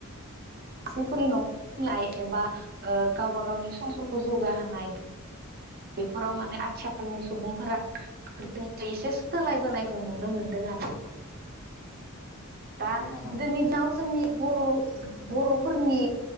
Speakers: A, on the right; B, on the left.
A: जायफोरनि न'खरफोराव एबा गावबा गावनि समफोरखौ जौगाहोनाय बेफोराव माने आथिखालनि सुबुंफोरा गोदोनिफ्राय एसे सोलायबोनायखौ नुनो मोनदों आरो।
B: नंगौ
A: दा
B: नामा
A: <unintelligible>
B: नोंथां
A: जोंनि बर' बर'फोरनि